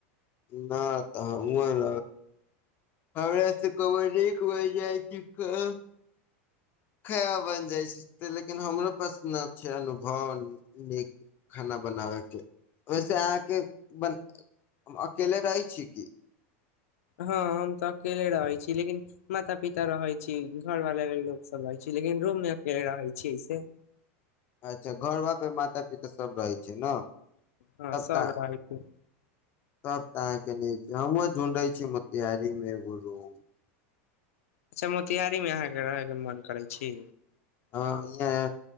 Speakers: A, on the left (about 25°); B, on the left (about 85°).
A: ना तऽ हमु अर, हमरा से कबो नीक बैन जाय छै, क खराब बन जाय छै, ते लेकिन हमरो पास ना छै अनुभव नीक खाना बनाबय के। वैसे अहाँ के बन हम अकेले रहै छी की।
B: हाँ हम त अकेले रहै छी, लेकिन माता-पिता रहै छी, घर वाला लोक सब रहै छी, लेकिन रूम मे अकेले रहै छी ऐसे।
A: अच्छा घरबा पे माता-पिता सब रहै छै न
B: हाँ सब
A: तऽ
B: रहैती।
A: तब तऽ अहाँ के नीक छै, हमु ढूंढे छी मोतिहारी मे एगो रूम।
B: अच्छा मोतियारी मे अहाँ के रहय के मन करै छी।
A: हाँ इहां